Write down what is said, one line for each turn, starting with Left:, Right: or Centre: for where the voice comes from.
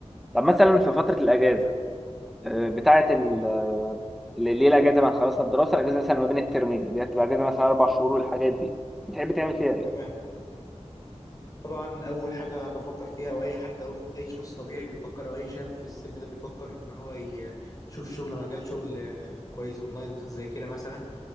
Centre: طب مثلا في فتره الاجازه آه، بتاعه ال آه، اللي اللي هي الاجازه بعد خلصنا الدراسه الاجازه مثلا ما بين الترمين اللي هي بتبقى اجازه مثلا اربع شهور والحاجات دي بتحب تعمل فيها ايه؟
Left: تمام طبعا اول حاجه بفكر فيها او اي حد او اي شخص طبيعي بيفكر او اي شاب في السن ده بيفكر ان هو ي- يشوف شغل مجال شغل آه، كويس اونلاين مثلا زي كده مثلا